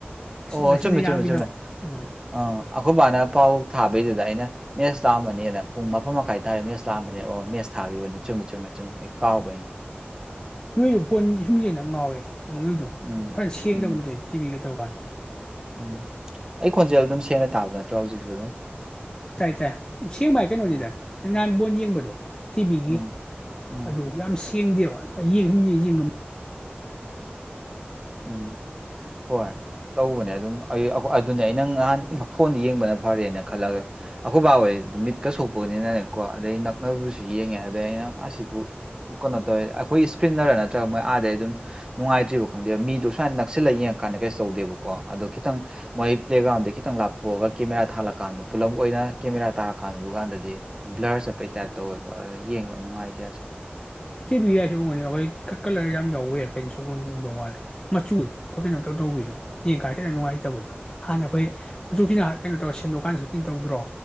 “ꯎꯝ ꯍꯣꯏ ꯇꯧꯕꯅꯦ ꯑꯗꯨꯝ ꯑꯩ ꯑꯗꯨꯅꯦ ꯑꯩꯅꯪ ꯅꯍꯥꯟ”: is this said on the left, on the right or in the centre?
Right